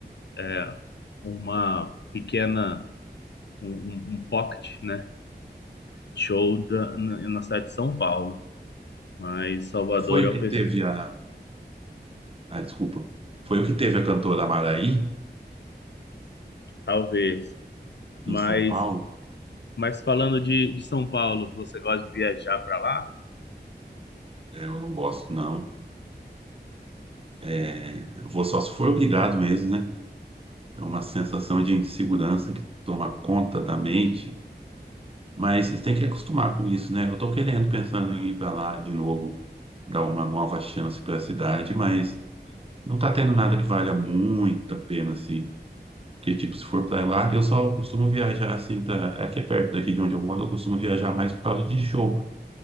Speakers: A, on the left; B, on the right.
A: é, uma pequena um, um um pocket, né, show da, na, na cidade de São Paulo, mas Salvador
B: Foi
A: é
B: o
A: o
B: que
A: fes-
B: teve a. Ah, desculpa. Foi o que teve a cantora Maraí,
A: talvez, mas
B: em São Paulo.
A: Mas falando de, de São Paulo, você gosta de viajar para lá?
B: É, Eu não gosto, não. É, eu vou só se for obrigado mesmo, né? É uma sensação de insegurança que toma conta da mente, mas tem que acostumar com isso, né? Eu tô querendo, pensando em ir para lá de novo, dar uma nova chance para a cidade, mas não tá tendo nada que valha muito a pena, assim. Porque, tipo, se for para lá, eu só costumo viajar, assim, pra... é que é perto daqui de onde eu moro, eu costumo viajar mais por causa de show.